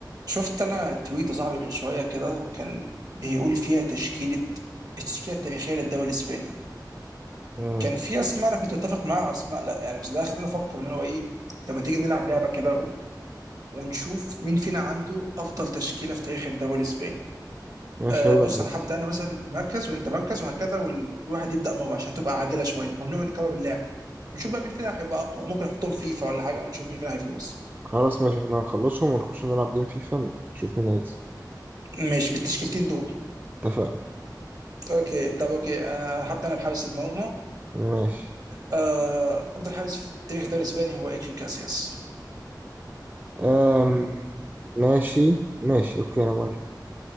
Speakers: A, on the right (about 55°); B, on the right (about 25°).
A: شفت انا تويت يا صاحبي من شويه كده كان بيقول فيها تشكيله التشكيله التاريخيه للدوري الاسباني
B: مم.
A: كان في اسماء انا كنت متفق معاها واسماء لا يعني بس ده خلاني افكر اللي هو ايه طب ما تيجي نلعب لعبه كده و... ونشوف مين فينا عنده افضل تشكيله في تاريخ الدوري الاسباني
B: ماشي
A: آه
B: يلا
A: بص
B: نودي
A: انا هبدا انا مثلا مركز وانت مركز وهكذا وكل واحد يبدا مره عشان تبقى عادله شويه ممنوع نكرر اللاعب نشوف بقى مين فينا هيبقى اقوى ممكن احطهم فيفا ولا حاجه ونشوف مين فينا هيفوز
B: خلاص ماشي احنا هنخلصهم ونخش نلعب جيم فيفا نشوف مين هيكسب
A: ماشي بالتشكيلتين دول
B: اتفقنا
A: اوكي طب اوكي آه هبدا انا بحارس المرمى
B: ماشي
A: آه، افضل حارس في تاريخ الدوري الاسباني هو ايكيو كاسياس
B: أم... ماشي ماشي اوكي انا موافق